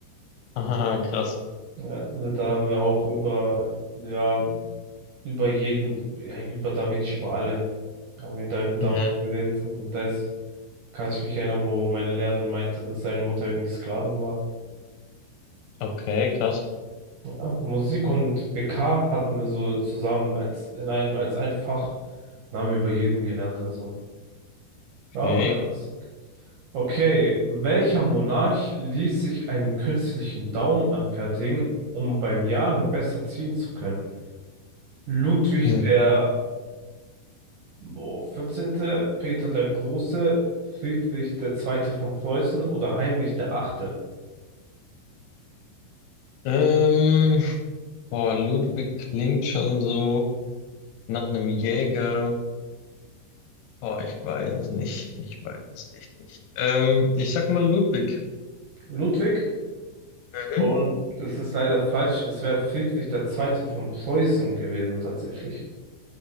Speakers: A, on the left; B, on the right.
A: Aha, krass.
B: Ja, da haben wir auch über, ja, über jeden, eigentlich über Da Vinci, über alle, haben wir da damals
A: Mhm.
B: geredet. Und da ist, kann ich mich erinnern, wo meine Lehrerin meinte, dass seine Mutter irgendwie Sklavin war.
A: Okay, krass.
B: Ja, Musik und BK hatten wir so zusammen als in ein, als ein Fach. Dann haben wir über jeden gelernt, also. Ja,
A: Okay.
B: war krass. Okay, welcher Monarch ließ sich einen künstlichen Daumen anfertigen, um beim Jagen besser ziehen zu können? Ludwig
A: Hm.
B: der boah, 14., Peter der Große, Friedrich der Zweite von Preußen oder Heinrich der Achte?
A: Ähm, boah, Ludwig klingt schon so nach einem Jäger. Boah, ich weiß es nicht. Ich weiß es echt nicht. Ähm, ich sag mal Ludwig.
B: Ludwig?
A: Mhm.
B: Und das ist leider falsch. Es wäre Friedrich der Zweite von Preußen gewesen, tatsächlich.